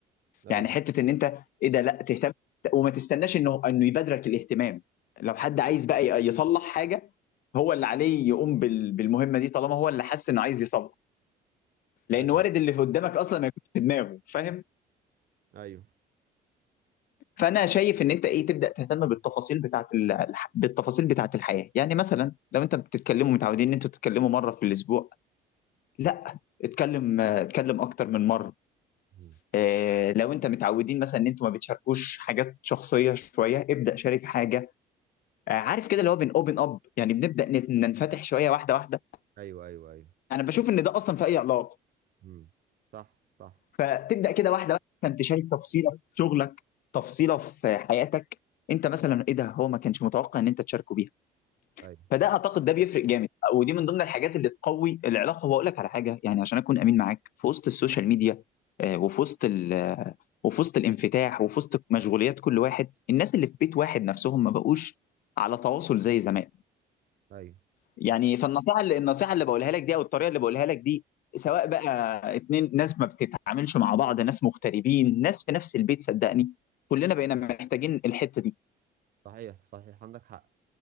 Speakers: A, on the right; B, on the left.
A: ايوه
B: يعني حته ان انت ايه ده لا تهتم وما تستناش انه انه يبادرك الاهتمام لو حد عايز بقى ي- يصلح حاجه هو اللي عليه يقوم بال- بالمهمه دي طالما هو اللي حس انه عايز يصلح لان
A: ايوه
B: وارد اللي في قدامك اصلا ما يكونش في دماغه فاهم
A: ايوه
B: فانا شايف ان انت ايه تبدا تهتم بالتفاصيل بتاعه بالتفاصيل بتاعه الحياه يعني مثلا لو انت بتتكلموا متعودين ان انتوا تتكلموا مره في الاسبوع لا اتكلم آه، اتكلم اكتر من مره
A: مم.
B: آه، لو انت متعودين مثلا ان انتوا ما بتشاركوش حاجات شخصيه شويه ابدا شارك حاجه آه، عارف كده اللي هو بن اوبن اب يعني بنبدا نت- ننفتح شويه واحده واحده
A: ايوه ايوه ايوه
B: انا بشوف ان ده اصلا في اي علاقه
A: مم. صح صح
B: فتبدا كده واحده واحده انت تشارك تفصيله في شغلك تفصيله في حياتك انت مثلا ايه ده هو ما كانش متوقع ان انت تشاركه بيها
A: ايوه
B: فده اعتقد ده بيفرق جامد ودي من ضمن الحاجات اللي تقوي العلاقه واقول لك على حاجه يعني عشان اكون امين معاك في وسط السوشيال ميديا آه، وفي وسط ال- آه، وفي وسط الانفتاح وفي وسط مشغوليات كل واحد الناس اللي في بيت واحد نفسهم ما بقوش على تواصل زي زمان
A: ايوه
B: يعني فالنصيحه اللي النصيحه اللي بقولها لك دي او الطريقه اللي بقولها لك دي سواء بقى اتنين ناس ما بتتعاملش مع بعض ناس مغتربين ناس في نفس البيت صدقني كلنا بقينا محتاجين الحته دي
A: صحيح صحيح عندك حق